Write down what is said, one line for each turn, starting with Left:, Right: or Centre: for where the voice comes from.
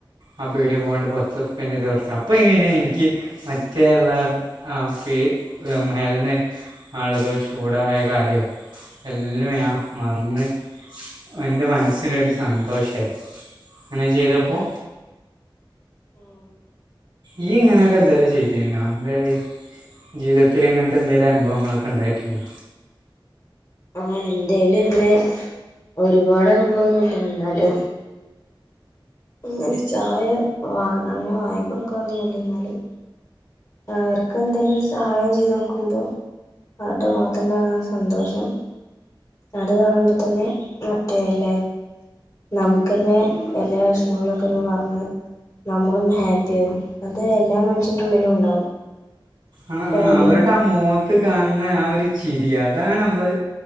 Right: ആ പീടികെ പോകാണ്ട് പത്ത് റുപ്യേന്റെ <unintelligible> അപ്പൊ <unintelligible> എനിക്ക് മറ്റെയുള്ള അവസ്ഥയിൽ മറന്ന് ആളുകൾ ചൂടായ കാര്യവും എല്ലാം ഞാൻ മറന്ന് എന്റെ മനസ്സിലൊരു സന്തോഷവായി അങ്ങനെ ചെയ്തപ്പോ
Left: ഉം
Right: ഈ ഇങ്ങനെയൊക്കെ എന്തായാലും ചെയ്തിരുന്നോ എന്തേ ജീവിതത്തിൽ ഇങ്ങനത്തെ എന്തേലും അനുഭവങ്ങളൊക്കെ ഉണ്ടായിട്ടുണ്ടോ
Left: ആഹ എൻ്റെ കൈയിൽ ഇങ്ങനെ ഒരുപാട് അനുഭവമൊന്നും ഇല്ല എന്നാലും അങ്ങനെ ചായ വാ അങ്ങനെ വാങ്ങിക്കൊടുക്കാറൊന്നുമില്ല എന്നാലും അവർക്ക് എന്തേലിലും ഒരു സഹായം ചെയ്തു കൊടുക്കുമ്പോ അവരുടെ മുഖത്തിന്റെ ഉണ്ടാകുന്ന ആ സന്തോഷം അത് കാണുമ്പോ തന്നെ മറ്റേ അല്ലേ നമുക്ക് തന്നെ എല്ലാ വിഷമങ്ങളൊക്കെ ഒന്ന് മറന്ന് നമ്മളൊന്ന് ഹാപ്പിയാകും അത് എല്ലാ മനുഷ്യന്റെ ഉള്ളിലും ഉണ്ടാവും
Right: ആ
Left: പക്ഷെ
Right: ആ
Left: അവര്
Right: അവരുടെ ആ മുഖത്ത് കാണുന്ന ആ ഒരു ചിരി അതാണ് നമ്മള്